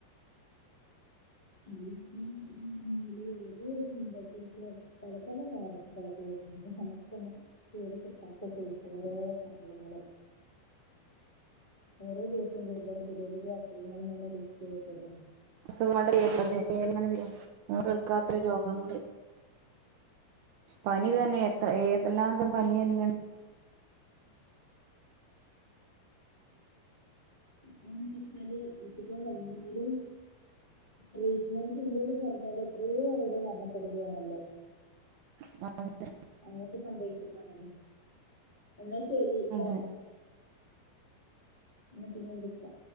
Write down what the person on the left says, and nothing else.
മ് മ് ഓരോ ദിവസങ്ങളിലായിട്ട് ഇപ്പോ പല പല വൈറസുകളൊക്കെ വരുന്നത് നമുക്ക് തന്നെ പേര് കിട്ടാത്ത സൈസ് ഓരോ സംഭവങ്ങള് ഓരോ ദിവസവും കൂടുന്തോറും പുതിയ പുതിയ അസുഖങ്ങൾ ഇങ്ങനെ ലിസ്റ്റ് ചെയ്യപ്പെടാണ്
അതെ
ഇപ്പന്ന് വെച്ചാല് അസുഖം വന്നാലും ട്രീറ്റ്മെന്റ് ഉണ്ടെന്ന് പറഞ്ഞാലും എത്രയോ ആളുകൾ മരണപ്പെടുകയാണല്ലോ
അങ്ങനെയൊക്കെ സംഭവിക്കുന്നതാണല്ലോ എന്നാ ശെരി ട്ടോ
എന്നാ പിന്നെ വിളിക്കാ